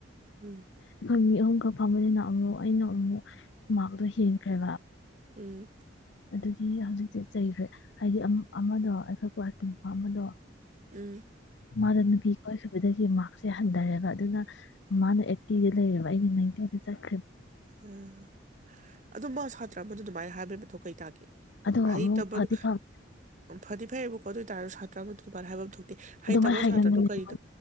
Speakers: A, on the right; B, on the left.
A: ꯎꯝ
B: <unintelligible> ꯑꯗꯨꯒ ꯐꯝꯕꯅꯤꯅ ꯑꯃꯨꯛ ꯑꯩꯅ ꯑꯃꯨꯛ ꯃꯥꯔꯛꯇꯣ ꯍꯦꯟꯈ꯭ꯔꯦꯕ
A: ꯎꯝ
B: ꯑꯗꯨꯒꯤ ꯍꯧꯖꯤꯛꯁꯦ ꯆꯩꯈ꯭ꯔꯦ ꯍꯥꯏꯗꯤ ꯑꯃꯗꯣ ꯑꯩꯈꯣꯏ ꯀ꯭ꯑꯇꯤ ꯑꯃꯗꯣ
A: ꯎꯝ
B: ꯃꯥꯗ ꯅꯨꯄꯤ ꯀꯣꯏꯈꯤꯕꯗꯒꯤ ꯃꯥꯔꯛꯁꯦ ꯍꯟꯊꯔꯦꯕ ꯑꯗꯨꯅ ꯃꯥꯅ ꯑꯩꯠꯇꯤꯗ ꯂꯩꯔꯦꯕ ꯑꯩꯅ ꯅꯥꯏꯟꯇꯤꯗ ꯆꯠ
A: ꯎ ꯑꯗꯨ ꯃꯥ ꯁꯥ ꯇ꯭ꯔ ꯑꯗꯨꯃꯥꯏꯅ ꯍꯥꯏꯕꯩ ꯃꯊꯧ ꯀꯩ ꯇꯒꯦ
B: ꯑꯗꯣ
A: ꯍꯩꯇꯕꯗꯨ
B: ꯑꯃꯨꯛ ꯐꯗꯤ ꯐꯕ
A: ꯐꯗꯤ ꯐꯩꯕꯨ ꯈꯣ ꯑꯣꯏꯇꯥꯥꯔꯁꯨ ꯁꯥꯇ꯭ꯔ ꯑꯃ ꯑꯗꯨꯃꯥꯏꯅ ꯍꯥꯏꯕ ꯑꯃ ꯊꯣꯛꯇꯦ ꯍꯩꯇꯕ
B: ꯑꯗꯨꯃꯥꯏꯅ ꯍꯥꯏꯒꯟꯕꯅꯦꯕ
A: ꯁꯥꯇ꯭ꯔꯗꯣ ꯀꯔꯤꯅꯣ